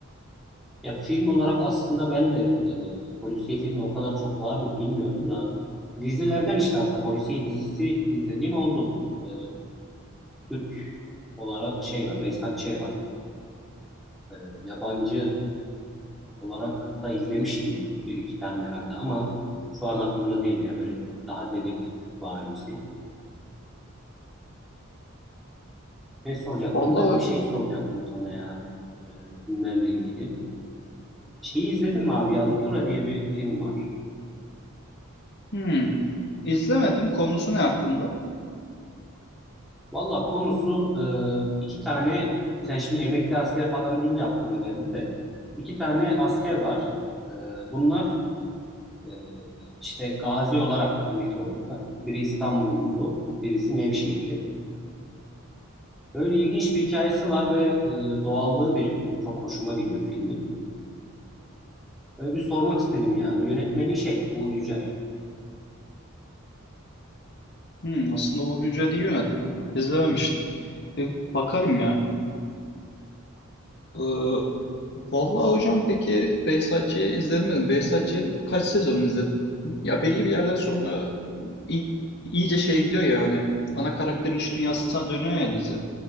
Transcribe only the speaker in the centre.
Ya film olarak aslında ben de e, polisiye filmi o kadar çok var mı bilmiyorum da dizilerden işte aslında polisiye dizisi izlediğim oldu. E, Türk olarak şey var, Behzat Ç. var. E, yabancı olarak da izlemiştim bir iki tane herhalde ama şu an aklımda değil ya. Böyle daha dedektif varimsi. Ne soracaktım?
Ben bir şey soracaktım sana ya e, filmlerle ilgili. Şeyi izledin mi abi? Yazutura diye bir film var.
Valla konusu e, iki tane sen şimdi emekli asker falan deyince aklıma geldi de iki tane asker var. E, bunlar e, işte gazi olarak emekli oluyorlar. Biri İstanbullu, birisi Nevşehirli. Öyle ilginç bir hikayesi var ve e, doğallığı benim çok hoşuma gidiyor filmin. Öyle bir sormak istedim ya. Yönetmeni şey Uğur Yücel.